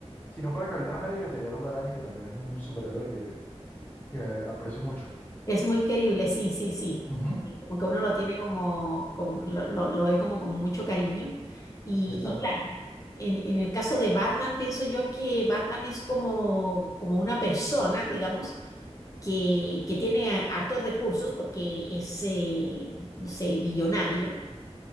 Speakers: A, on the left (about 15°); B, on the left (about 30°).
A: si no fuera Capitán América, sería el Hombre Araña, que también es un superhéroe que, que aprecio mucho.
B: Es muy querible, sí, sí, sí.
A: Ujú,
B: Y Como que uno lo tiene como, con, lo, lo, lo ve como con mucho cariño. Y,
A: Exacto.
B: En, en el caso de Batman, pienso yo que Batman es como, como una persona, digamos, que, que tiene a- hartos recursos porque es, eh, no sé, billonario,